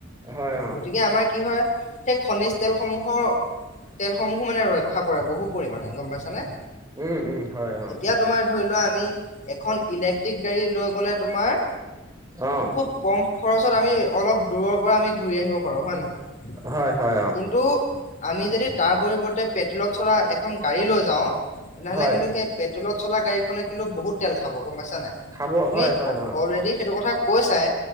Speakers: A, on the right; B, on the left.
A: হয় অ'।
B: গতিকে আমাৰ কি হয় সেই খনিজ তেলসমূহৰ তেলসমূহো মানে ৰক্ষা পৰে বহু পৰিমাণে। গম পাইছা নে?
A: উম, উম। হয় অ
B: এতিয়া তোমাৰ ধৰি লোৱা আমি এখন ইলেক্ট্ৰিক গাড়ী লৈ গ'লে তোমাৰ
A: অ
B: খুব কম খৰচত আমি অলপ দূৰৰ পৰা আমি ঘূৰি আহিব পাৰো হয় নে নহয়?
A: হয়, হয়, অ'।
B: কিন্তু আমি যদি তাৰ পৰিৱৰ্তে পেট্ৰলত চলা এখন গাড়ী লৈ যাওঁ তেনেহলে
A: হয়
B: কিন্তু সেই পেট্ৰলত চলা গাড়ীখনে কিন্তু বহুত তেল খাব গম পাইছা নাই।
A: খাব
B: তুমি
A: হয় হয় অ
B: অলৰেডি সেইটো কথা কৈ চাই